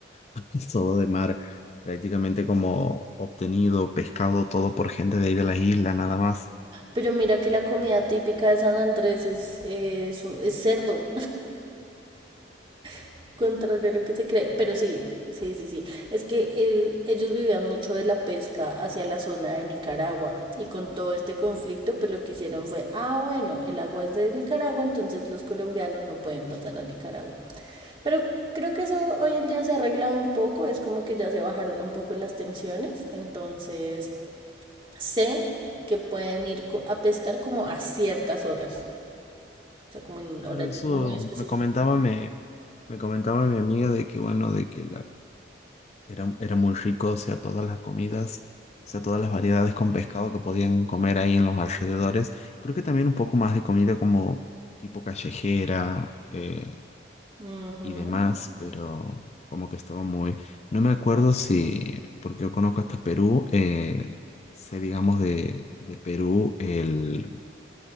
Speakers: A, on the left (about 35°); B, on the right (about 30°).
A: <laughs> es todo de mar, prácticamente como obtenido pescado todo por gente de ahí de la isla, nada más.
B: Pero mira que la comida típica de San Andrés es, es, un- es cerdo, <laughs> contrario a lo que se cree. Pero sí, sí, sí, sí. Es que eh, ellos vivían mucho de la pesca hacia la zona de Nicaragua. Y con todo este conflicto, pues lo que hicieron fue, ah, bueno, el agua es de Nicaragua, entonces los colombianos no pueden pasar a Nicaragua. Pero creo que eso hoy en día se ha arreglado un poco, es como que ya se bajaron un poco las tensiones, entonces sé que pueden ir co- a pescar como a ciertas horas, o sea, como en
A: Claro,
B: horarios
A: eso
B: muy específicos.
A: me comentaba, me, me comentaba mi amiga de que bueno, de que la, era, era muy rico, o sea, todas las comidas, o sea, todas las variedades con pescado que podían comer ahí en los alrededores. Creo que también un poco más de comida como tipo callejera eh,
B: Ujú.
A: y demás, pero como que estaba muy... No me acuerdo si, porque yo conozco hasta Perú, eh, sé digamos de, de Perú el...